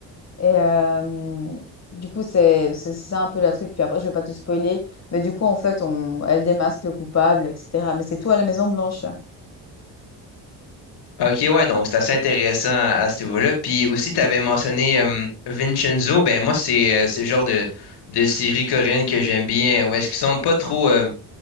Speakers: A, on the left; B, on the left.
A: Et hem, du coup, c'est c'est c'est ça un peu la truc. Puis après, je vais pas te spoiler, mais du coup, en fait, on elle démasque le coupable et cetera. Mais c'est tout à la Maison Blanche.
B: Ok, ouais, donc c'est assez intéressant à, à ce niveau-là. Puis aussi, tu avais mentionné euh, Vincenzo. Ben moi, c'est euh, c'est le genre de, de série coréenne que j'aime bien. Où est-ce qu'ils sont pas trop, euh,